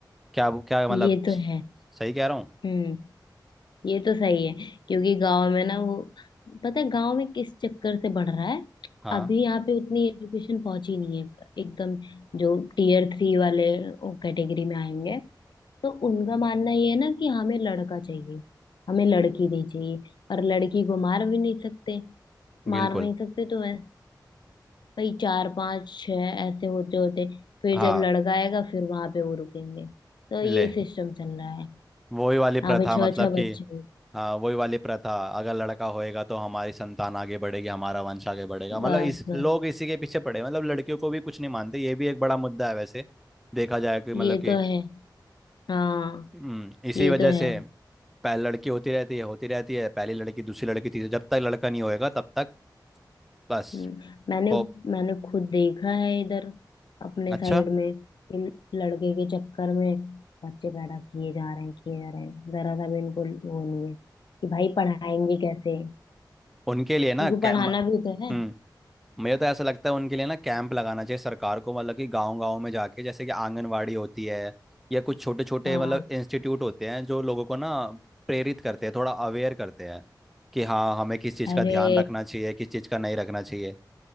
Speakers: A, in the centre; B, on the left.
A: क्या क्या मतलब
B: ये तो
A: सही
B: है
A: कह रहा हूँ
B: हम्म ये तो सही है क्योंकि गांव में ना वो पता है गांव में किस चक्कर से बढ़ रहा है
A: हाँ
B: अभी यहाँ पे उतनी एजुकेशन पहुंची नहीं है एकदम जो टीयर थ्री वाले कैटेगरी में आएंगे तो उनका मानना ये है ना कि हमें लड़का चाहिए हमें लड़की नहीं चाहिए और लड़की को मार भी नहीं सकते मार
A: बिल्कुल
B: नहीं सकते तो ऐ- भाई चार पांच छह ऐसे होते होते फिर
A: हाँ
B: जब लड़का आएगा फिर वहां पे वो रुकेंगे तो
A: ले
B: ये सिस्टम चल रहा है
A: वही वाली प्रथा
B: यहाँ पे छह
A: मतलब
B: छह
A: कि
B: बच्चे हो
A: हाँ वही वाली प्रथा अगर लड़का होएगा तो हमारी संतान आगे बढ़ेगी हमारा वंश आगे बढ़ेगा मतलब
B: बस
A: इस
B: बस
A: लोग इसी के पीछे पड़े मतलब लड़कियों को भी कुछ नहीं मानते ये भी एक बड़ा मुद्दा है वैसे देखा जाए कि मतलब
B: ये
A: कि
B: तो है हाँ
A: हम्म, इसी
B: ये
A: वजह
B: तो है
A: से पहली लड़की होती रहती है होती रहती है पहली लड़की दूसरी लड़की तीसरी जब तक लड़का नहीं होएगा तब तक बस
B: हम्म, मैंने
A: पॉप
B: मैंने खुद देखा है इधर अपने
A: अच्छा
B: साइड में इन लड़के के चक्कर में बच्चे पैदा किए जा रहे हैं किए जा रहे हैं जरा सा भी इनको वो नहीं है कि भाई पढ़ाएंगे कैसे
A: उनके लिए ना
B: क्योंकि
A: कै-
B: पढ़ाना
A: म-
B: भी तो है
A: हम्म मुझे तो ऐसा लगता है उनके लिए ना कैंप लगाना चाहिए सरकार को मतलब कि गांव गांव में जाके जैसे कि आंगनवाड़ी होती है या कुछ छोटे छोटे
B: हाँ
A: मतलब इंस्टीट्यूट होते हैं जो लोगों को ना प्रेरित करते हैं थोड़ा अवेयर करते हैं कि हाँ हमें किस चीज़
B: अरे
A: का ध्यान रखना चाहिए किस चीज़ का नहीं रखना चाहिए